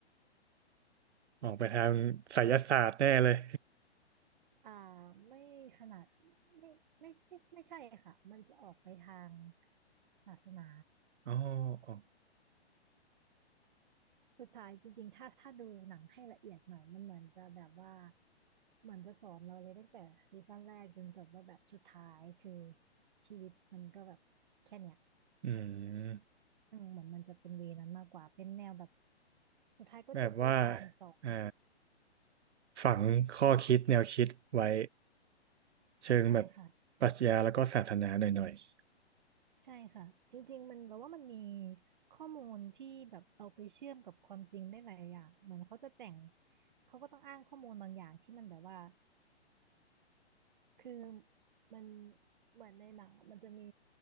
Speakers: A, on the right; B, on the right.
A: <laughs> ออกไปทางไสยศาสตร์แน่เลย
B: อ่าไม่ขนาดไม่ไม่ไม่ไม่ใช่ค่ะมันจะออกไปทางศาสนา
A: <laughs> อ๋ออ๋อ
B: สุดท้ายจริงๆถ้าถ้าดูหนังให้ละเอียดหน่อยมันเหมือนจะแบบว่าเหมือนจะสอนเราเลยตั้งแต่ซีซั่นแรกจนจบว่าแบบสุดท้ายคือชีวิตมันก็แบบแค่เนี้ย
A: อืม
B: อืมเหมือนมันจะเป็นเวนั้นมากกว่าเป็นแนวแบบสุดท้ายก็จบด้วยการสอน
A: แบบว่าอ่าฝังข้อคิดแนวคิดไว้เชิงแบบ
B: ใช่ค่ะ
A: ปรัชญาแล้วก็ศาสนาหน่อย
B: ใช่ค่ะจริงๆมันแปลว่ามันมีข้อมูลที่แบบเอาไปเชื่อมกับความจริงได้หลายอย่างเหมือนเขาจะแต่งเขาก็ต้องอ้างข้อมูลบางอย่างที่มันแบบว่า คือมันเหมือนในหนังอะมันจะมี